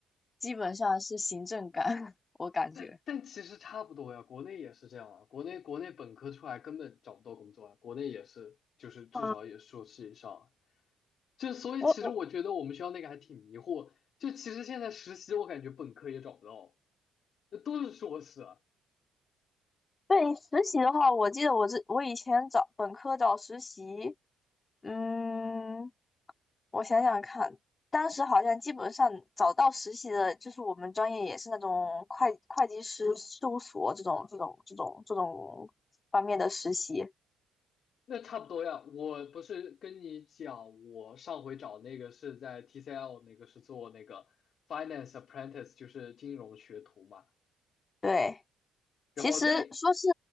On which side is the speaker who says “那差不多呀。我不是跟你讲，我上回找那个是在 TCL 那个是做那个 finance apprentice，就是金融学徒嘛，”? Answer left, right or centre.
Left